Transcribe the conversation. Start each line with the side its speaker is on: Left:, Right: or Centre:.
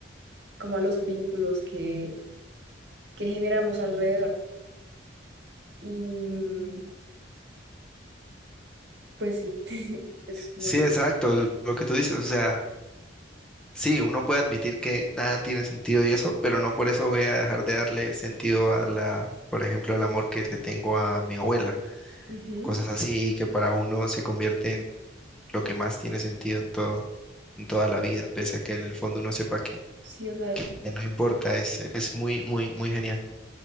Right: como a los vínculos que, que generamos alrededor. Y mm, pues sí, <laughs> es como
Centre: Sí,
Right: lo
Centre: exacto,
Right: que...
Centre: es lo que tú dices, o sea. Sí, uno puede admitir que nada tiene sentido y eso, pero no por eso voy a dejar de darle sentido a la, por ejemplo, al amor que le tengo a mi abuela.
Right: Ujú.
Centre: Cosas así que para uno se convierte en lo que más tiene sentido en todo, en toda la vida, pese a que en el fondo uno sepa que
Right: Sí, o sea,
Centre: ya no importa. Es, es muy, muy, muy genial.